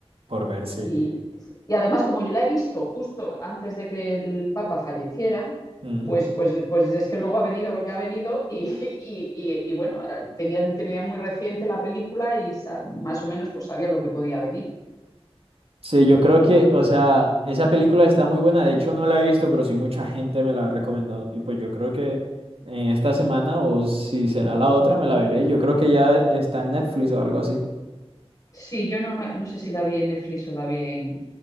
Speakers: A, on the right; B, on the left.
A: por verse.
B: y, y además, como yo la he visto justo antes de que el Papa falleciera,
A: Mm.
B: pues, pues, pues es que luego ha venido lo que ha venido y, y, y, y bueno, tenía, tenía muy reciente la película y sa- más o menos pues sabía lo que podía venir.
A: Sí, yo creo que, o sea, esa película está muy buena. De hecho, no la he visto, pero sí mucha gente me la ha recomendado. Y pues yo creo que en esta semana, o si será la otra, me la veré. Yo creo que ya está en Netflix o algo así.
B: Sí, yo no, no sé si la vi en Netflix o la vi en,